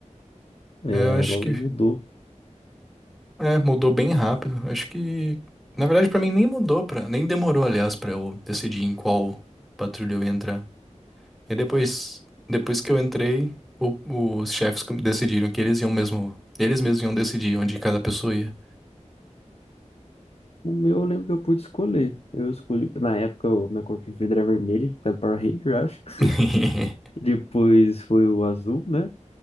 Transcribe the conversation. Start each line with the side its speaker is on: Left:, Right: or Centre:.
Left: É,
Centre: É, Eu acho
Left: logo
Centre: que
Left: mudou.
Centre: É, mudou bem rápido. Acho que, na verdade, pra mim nem mudou para, nem demorou, aliás, pra eu decidir em qual patrulha eu ia entrar. E depois, depois que eu entrei, o- os chefes com- decidiram que eles iam mesmo, eles mesmos iam decidir onde cada pessoa ia.
Left: O meu eu lembro que eu pude escolher. Eu escolhi, na época, o minha cor preferida era vermelha, por causa do Power Ranger, eu acho.
Centre: <laughs>
Left: <laughs> Depois foi o azul, né?